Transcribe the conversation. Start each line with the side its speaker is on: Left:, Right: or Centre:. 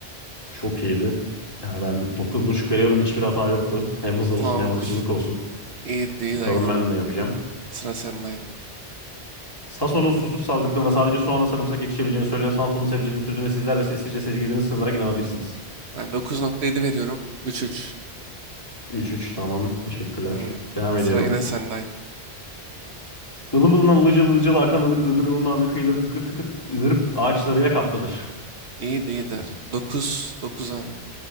Left: Çok iyiydi. Ya ben dokuz buçuk veriyorum. Hiçbir hata yoktu. Hem hız olsun
Right: Tamamdır.
Left: hem akıcılık olsun.
Right: İyi değil
Left: Bakalım
Right: aynı.
Left: ben ne yapacağım.
Right: Sıra sende aynı.
Left: Sason'un susuz sazlıklarında sadece soğanla sarımsak yetişebileceğini söyleyen Samsunlu sebzecinin sözüne sizler ve sessizce sezgilerinizi sığınarak inanabilirsiniz.
Right: Ben dokuz nokta yedi veriyorum. Üç üç.
Left: Üç üç tamam. Teşekkürler.
Right: Tamamdır.
Left: Devam
Right: Sıra
Left: ediyorum.
Right: yine sende aynı.
Left: Ilım ılınan ılıcalı ılıcalı akan ılık ığdır ılımağının kıyılarını tıkır tıkır ığırıp ağaçlarıyla kaplıdır.
Right: İyi değildi.
Left: Birazcık
Right: 9 9 abi.